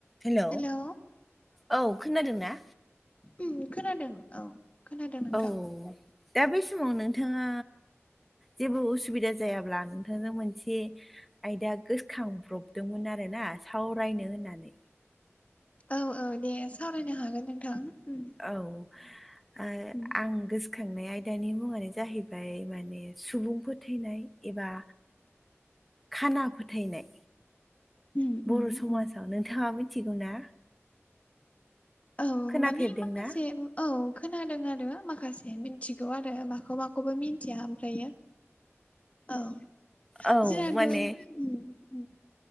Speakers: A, in the centre; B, on the left (about 30°).
A: हेल'
B: hello
A: औ खोनादों ना?
B: उम खोनादों औ खोनादों नोंथां
A: औ दा बै समाव नोंथाङा जेबो उसुबिदा जायाब्ला नोंथांनो मोनसे आयदा गोसोखांब्रबदोंमोन आरो ना सावरायनो होननानै ‌।
B: औ औ दे सावरायनो हागोन नोंथां उम
A: औ
B: उम
A: आं गोसो खांनाय आयदानि मुङानो जाहैबाय माने सुबुं फोथायनाय एबा खाना फोथायनाय
B: उम
A: बर'
B: उम
A: समाजाव
B: उम
A: नोंथाङा मिथिगौ ना?
B: औ
A: खोनाफेरदोंना?
B: मानि माखासे औ खोनादों आरो माखासे मिथिगौ आरो माखौबा माखौबा मिथिया ओमफ्रायो औ
A: औ
B: जोंनाथ'
A: माने
B: उम